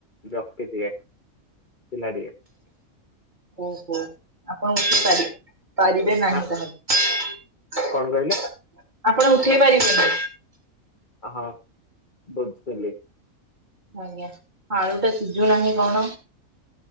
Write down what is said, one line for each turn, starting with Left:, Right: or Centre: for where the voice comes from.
Left: ବ୍ୟକ୍ତି ଟିଏ ପିଲା ଟିଏ।
Right: ଓହୋ ଆପଣ ଉଠେଇ ପାରିବେ ପାରିବେ ନାହିଁ
Left: ହଁ
Right: ତାହେଲେ
Left: କଣ କହିଲେ?
Right: ଆପଣ। ଉଠେଇ ପାରିଇବେନି।
Left: ହଁ ବୁଝିଲି।
Right: ଆଜ୍ଞା ଆଳୁ ଟା ସିଝୀ ଲାନି କଣ।